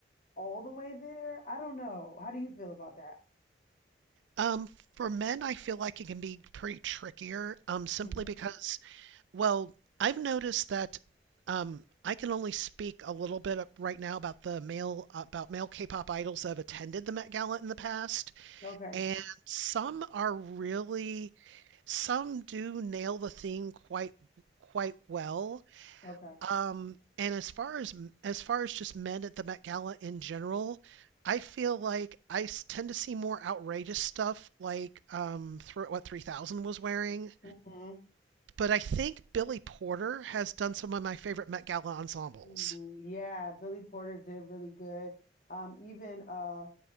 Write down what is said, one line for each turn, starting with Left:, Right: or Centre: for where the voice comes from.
Left: all the way there. I don't know. How do you feel about that?
Right: Um, for men, I feel like it can be pretty trickier, um, simply
Left: hmm
Right: because, well, I've noticed that um, I can only speak a little bit up- right now about the male about male K-pop idols that have attended the Met Gala in the past,
Left: Okay.
Right: and some are really some do nail the theme quite quite well.
Left: Okay.
Right: Um, and as far as as far as just men at the Met Gala in general, I feel like I s- tend to see more outrageous stuff, like um, thro what 3000 was wearing.
Left: Mhm.
Right: But I think Billy Porter has done some of my favorite Met Gala ensembles.
Left: Ooh, yeah, Billy Porter did really good. Um, even uh